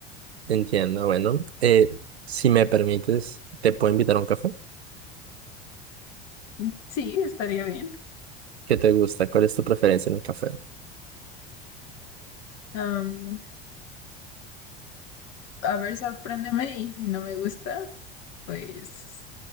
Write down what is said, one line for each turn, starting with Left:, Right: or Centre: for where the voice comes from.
Right: Entiendo, bueno, eh, si me permites, te puedo invitar a un café.
Left: Mm, Sí, estaría bien.
Right: ¿Qué te gusta? ¿Cuál es tu preferencia en el café?
Left: Am, a ver, sorpréndeme y si no me gusta, pues